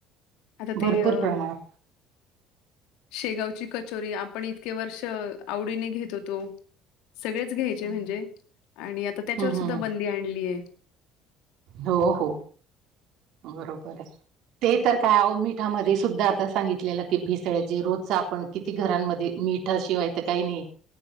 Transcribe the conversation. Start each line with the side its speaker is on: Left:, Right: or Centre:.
Left: आता
Right: भरपूर
Left: ते अ
Right: प्रमाणात
Left: शेगावची कचोरी आपण इतके वर्ष आवडीने घेतो सगळेच घ्यायचे
Right: हम्म
Left: म्हणजे आणि आता त्याच्यावर
Right: हम्म
Left: सुद्धा बंदी आणलीय
Right: हो हो बरोबर आहे ते तर काय मिठामध्ये सुद्धा आता सांगितलेलं की भेसळीचे रोजच आपण किती घरांमध्ये मिठा शिवाय तर काही नाही